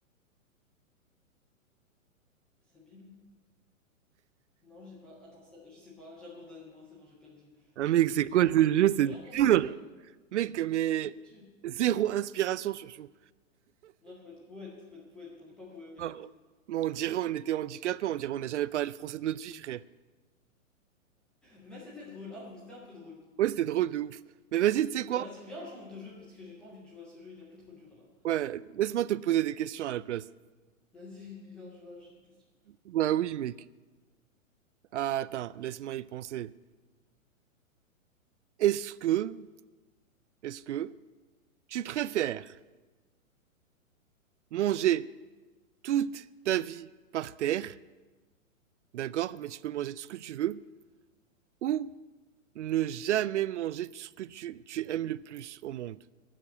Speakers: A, in the centre; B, on the right.
A: Sa Bible. Non, j'ai pas. Attends, ça, je sais pas, j'abandonne. Bon, c'est bon, j'ai perdu.
B: Ah mec,
A: C'est
B: c'est
A: dur.
B: quoi ce jeu? C'est
A: C'est vraiment
B: dur!
A: dur, hein.
B: Mec, mais
A: Il est dur.
B: zéro inspiration surtout.
A: Non, faut être poète, faut être poète, on n'est pas poète.
B: Ah, bon, on dirait on était handicapés. on dirait on n'a jamais parlé le français de notre vie, frère.
A: Mais c'était drôle, avoue, c'était un peu drôle.
B: Ouais, c'était drôle de ouf. Mais vas-y, tu sais quoi?
A: Bah vas-y, viens, on change de jeu parce que j'ai pas envie de jouer à ce jeu, il est un peu trop dur là.
B: Ouais, laisse-moi te poser des questions à la place.
A: Vas-y, <laughs> viens jouer à un jeu de questions.
B: Bah oui, mec. Ah, attends, laisse-moi y penser. Est-ce que, est-ce que tu préfères manger toute ta vie par terre, d'accord, mais tu peux manger tout ce que tu veux, ou ne jamais manger tout ce que tu, tu aimes le plus au monde?